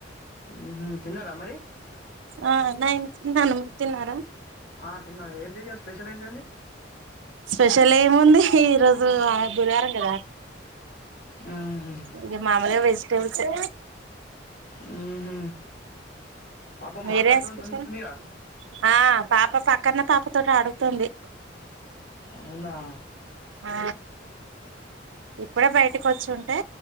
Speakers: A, on the left; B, on the right.
A: ఉహు తిన్నారా మరి
B: ఆ నేన్ తిన్నాను మీరు తిన్నారా
A: ఆ తిన్నా ఏంటిీ స్పెషల్ ఏంటి
B: స్పెషల్ ఏముంది ఈరోోజు బుధవారం కదా
A: మ్మ్.
B: ఇది మామూలుగా వెజిటేబుల్స్ ఈ
A: మ్మ్హ. పాప
B: మీరేం
A: మాట్లాడుతుంటుందిగా
B: స్పెషల్ ఆ పాప పక్కన పాప తోటి ఆడుతుంది
A: అవునా
B: ఆ ఇప్పుడే బయటకి వచ్చుంటే